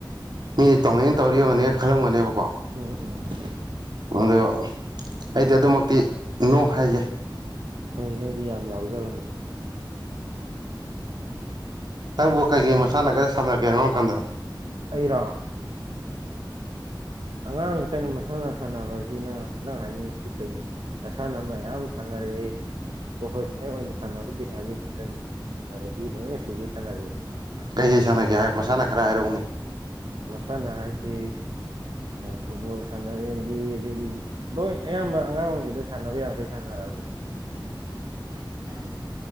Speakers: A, on the right; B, on the right.
A: ꯃꯤ ꯇꯧꯃꯅ ꯇꯧꯅꯦ ꯈꯜꯂꯝꯕꯅꯦꯕ
B: ꯎꯝ ꯎꯝ
A: ꯑꯣ ꯑꯩꯗꯤ ꯑꯗꯨꯃꯛꯇꯤ ꯅꯣ ꯍꯥꯏꯒꯦ
B: ꯍꯣꯏ ꯅꯪꯗꯤ ꯌꯥꯝ ꯌꯥꯎꯖꯕꯅꯦ
A: ꯅꯪꯕꯨ ꯀꯩꯀꯩ ꯃꯁꯥꯟꯅ ꯈꯔ ꯁꯥꯟꯅꯔꯛꯀꯦ ꯑꯉꯥꯡꯔ ꯀꯥꯟꯗ
B: ꯑꯩꯔꯥ ꯑꯉꯥꯡ ꯀꯩꯅꯣ ꯃꯁꯥꯟꯅ ꯁꯥꯟꯅꯕ ꯍꯥꯏꯁꯤ ꯅꯪ ꯅꯪ ꯍꯥꯏꯅꯤꯡꯉꯤꯁꯤ ꯀꯩꯅꯣ ꯃꯁꯥꯟꯅ ꯃꯌꯥꯝ ꯁꯥꯟꯅꯔꯛ ꯄ꯭ꯔꯣꯐꯦꯁ ꯑꯣꯏꯅ ꯁꯥꯟꯅꯍꯧꯗꯦ ꯍꯥꯏꯕꯒꯤ ꯈꯛꯇꯅꯤ ꯁꯥꯟꯅꯕꯗꯤ ꯂꯣꯏꯅ ꯁꯨꯒꯦ ꯁꯥꯟꯅꯔ
A: ꯀꯩꯀꯩ ꯁꯥꯟꯅꯒꯦ ꯍꯥꯏ ꯃꯁꯥꯟꯅ ꯈꯔ ꯍꯥꯏꯔꯧꯅꯤ
B: ꯃꯁꯥꯟꯅ ꯍꯥꯏꯁꯤ ꯐꯨꯠꯕꯣꯜ ꯁꯥꯟꯅꯔꯒꯤ ꯑꯗꯒꯤ ꯂꯣꯏ ꯑꯌꯥꯝꯕ ꯑꯉꯥꯡ ꯑꯣꯏꯔꯤꯉꯩꯗ ꯁꯥꯟꯅꯕ ꯌꯥꯈꯩ ꯁꯥꯟꯅꯔ ꯀ
A: <unintelligible>